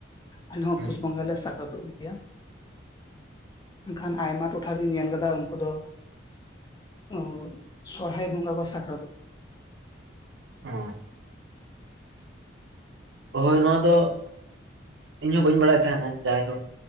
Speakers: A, on the left; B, on the right.
A: ᱟᱞᱮ ᱦᱚᱸ
B: ᱦᱩᱸ
A: ᱯᱩᱥ ᱵᱚᱸᱜᱟ ᱞᱮ ᱥᱟᱠᱨᱟᱛ ᱚᱜ ᱜᱮᱭᱟ ᱢᱮᱱ ᱠᱷᱟᱱ ᱟᱭᱢᱟ ᱴᱚᱴᱷᱟ ᱨᱤᱧ ᱧᱮᱞ ᱠᱟᱫᱟ ᱩᱱᱠᱩ ᱫᱚ ᱚ ᱥᱚᱨ ᱦᱟᱭ ᱵᱷᱚᱸᱜᱟ ᱠᱚ ᱥᱟᱠᱨᱟᱛ
B: ᱚ ᱦᱳᱭ ᱱᱚᱶᱟ ᱫᱚ ᱤᱧ ᱦᱚ ᱵᱟᱹᱧ ᱵᱟᱲᱟᱭ ᱛᱟᱦᱮ ᱱᱟ ᱡᱟᱭ ᱦᱳᱠ